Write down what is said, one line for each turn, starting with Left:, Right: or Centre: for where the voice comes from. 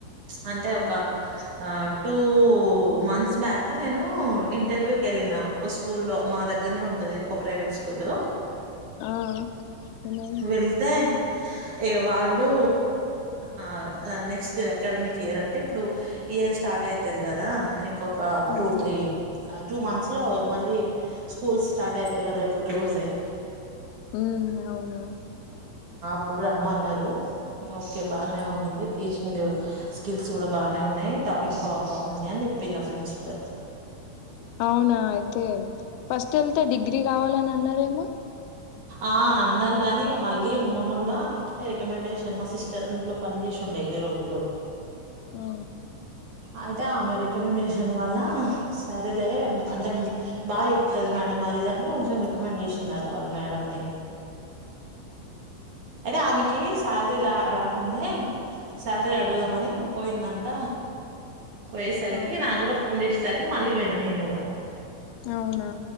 Right: అంటే ఒక ఆ టూ మంత్స్ బ్యాక్ నేను ఇంటర్వ్యూ కెళ్ళిన ఒక స్కూల్లో మా దగ్గర్నే ఉంటది ఒక ప్రైవేట్ స్కూల్.
Left: ఆ ఏమైంది.
Right: వెళ్తే ఏ వాళ్ళు ఆ నెక్స్ట్ అకాడమిక్ ఇయర్ అంటే ఇప్పుడు ఇయర్ స్టార్ట్ అయితది గదా ఇంకొ ఒక
Left: ఉమ్
Right: టూ త్రీ ఆ టూ మంత్స్. లో మళ్ళీ స్కూల్స్ స్టార్ట్ అయితాయి కదా ఇప్పుడు క్లోజ్ అయి.
Left: ఉమ్ అవును
Right: ఇప్పుడు రమ్మన్నారు ఓకే బానే ఉంది. టీచింగ్ స్కిల్స్ కూడా బానే ఉన్నాయి టాకింగ్ పవర్ బాగుంది అని చెప్పిందా ప్రిన్సిపల్.
Left: అవునా అయితే ఫస్ట్ ఎల్తే డిగ్రీ కావాలని అన్నారేమో.
Right: ఆ అన్నారు గాని ఇగ మళ్ళీ కూడా అంటే రికమెండేషన్ మా సిస్టర్ ఇంట్లో పని చేసి ఉండే ఎన్ని రోజులు.
Left: ఆ
Right: అయితే ఆమె రికమెండేషన్ వల్ల సరేలే అంటే బాగా చెప్తది. మేడం అది ఇది అని కొంచెం రికమెండ్ చేసిందట వాళ్ళ మేడం ని అయితే ఆమెకి శాలరీ రాకుండే సాలీరి అడుగుదామనే పోయిందంట. పోయేసరికి
Left: అవును
Right: నాకు కూడా ఫోన్ చేస్ సరికి మళ్ళీ పోయినా నేను కూడా
Left: అవునా